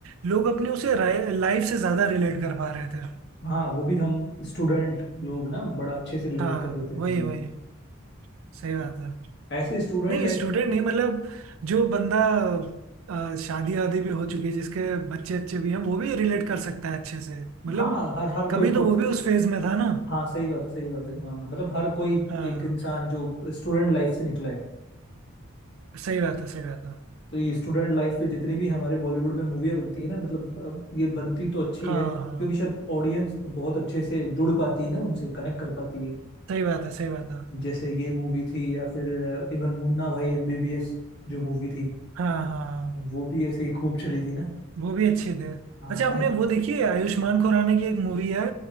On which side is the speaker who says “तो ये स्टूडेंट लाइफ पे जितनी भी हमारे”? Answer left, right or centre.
Left